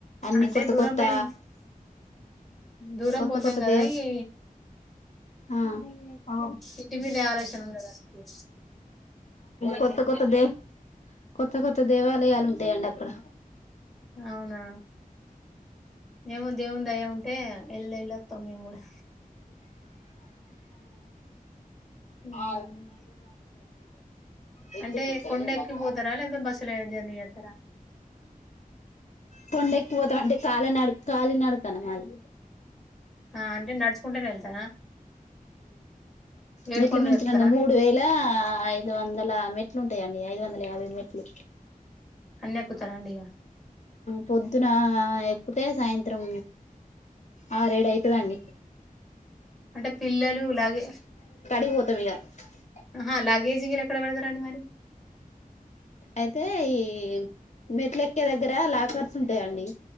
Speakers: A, on the left (about 50°); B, in the centre.
A: అన్ని
B: అంటే
A: కొత్త
B: దూరం
A: కొత్త
B: పోయిన దూరం
A: కొత్త
B: పోతాం
A: కొత్త
B: కదా
A: దే
B: ఈ
A: ఆ
B: ఇంటి మీద ఆలోచన ఉండదు అసలు
A: కొత్త కొత్త దే కొత్త కొత్త దేవాలయాలు ఉంటాయండి అక్కడ
B: అవునా ఏముో దేవునీ దయ ఉంటే వెళ్ళ వెళ్ళొస్తాం మేము కూడా ఉమ్.
A: ఆ ఎ
B: అంటే
A: చ
B: కొండ ఎక్కిపోతారా
A: మాకు
B: లేదా బస్సులో జర్నీ చేస్తారా
A: కొండ ఎక్కిపోతాం అంటే కళ నడు కాల నడకన్న మాది
B: ఆ అంటే నడుచుకుంటేనే వెళ్తారా ఏడుకొండలు
A: మెట్ల మించి
B: ఎక్కుతారా
A: మూడు వేల ఐదు వందల మెట్లు వుంటాయండి ఐదు వందల యాభై మెట్లు
B: అన్నీ ఎక్కుతారండి ఇగ
A: పొద్దున ఎక్కుతే సాయంత్రం ఆ రేడు అయితదండి
B: అంటే పిల్లలు లాగే
A: <unintelligible>
B: ఆహా లాగేజీకిళ ఎక్కడ పెడతారుండి మరి
A: అయితే ఈ మెట్లెక్కే దగ్గర లాకర్స్ ఉంటాయండి.